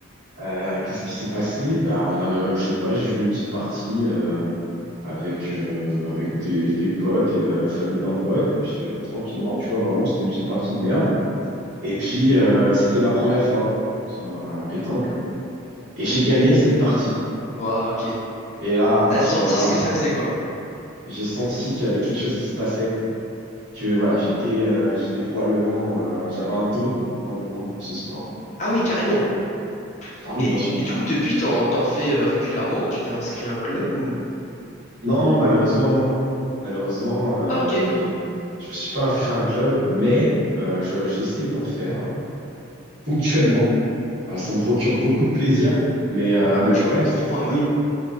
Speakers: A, on the right (about 60°); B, on the left (about 35°).
A: Euh, qu'est-ce qui s'est passé? Bah, on a, je sais pas, j'ai joué une petite partie euh, avec euh, avec des, des potes et la famille d'un pote et puis euh, tranquillement, tu vois, vraiment, c'était une petite partie de merde. Et puis euh, c'était ma première fois sur la pétanque et j'ai gagné cette partie.
B: Ouais, ok.
A: Et là, à partir
B: T'as senti
A: de là,
B: ce que ça faisait, quoi.
A: j'ai senti qu'il y avait quelque chose qui se passait, que voilà, j'étais euh, j'étais probablement euh, j'avais un don probablement pour ce sport.
B: Ah oui, carrément.
A: Ah oui,
B: Et,
A: bien sûr.
B: et du coup, depuis, t'en, t'en fais euh, régulièrement? Tu t'es inscrit à un club ou...
A: Non, malheureusement, non. Malheureusement, euh,
B: Ah ok.
A: je je me suis pas inscrit à un club, mais euh, je- j'essaye d'en faire euh, ponctuellement. Euh, ça me procure beaucoup de plaisir, mais euh,
B: Ah bah,
A: le problème,
B: je peux comprendre,
A: c'est
B: ouais.